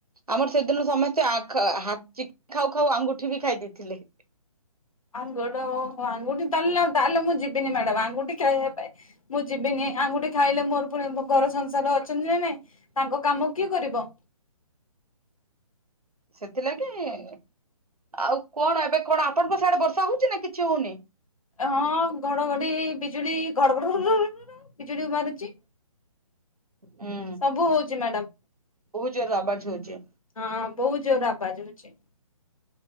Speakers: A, on the right; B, on the left.
A: ଆମର ସେଦିନ ସମସ୍ତେ ଖାଉ ଖାଉ ଆଙ୍ଗୁଠି ବି ଖାଇ ଦେଇଥିଲେ।
B: ଆମ୍ ଗୋଡ଼ ଆଙ୍ଗୁଠି ମୋ ଆଙ୍ଗୁଠି ତାହେଲେ ତାହାଲେ ମୁଁ ଯିବିନି ମ୍ୟାଡାମ୍ ଆଙ୍ଗୁଠି ଖାଇବା ପାଇଁ। ମୁଁ ଯିବିନି ଆଙ୍ଗୁଠି ଖାଇଲେ ମୋର ପୁଣି ଘର ସଂସାର ଅଛନ୍ତି ନା ନାଇଁ ତାଙ୍କ କାମ କିଏ କରିବ?
A: ସେଥିଲାଗି ଆଉ କଣ ଏବେ କଣ ଆପଣଙ୍କ ସଡେ ବର୍ଷା ହଉଛି ନା କିଛି ହଉନି।
B: ହଁ ଘଡଘଡି ବିଜୁଳି ଘଡଘଡ ବିଜୁଳି ମାରୁଛି।
A: ହୁଁ
B: ସବୁ ହୋଉଛି ମ୍ୟାଡାମ।
A: ବହୁତ ଜୋରରେ ଆବାଜ ହଉଛି।
B: ହଁ ବହୁତ ଜୋର ଆବାଜ ହୋଉଚି।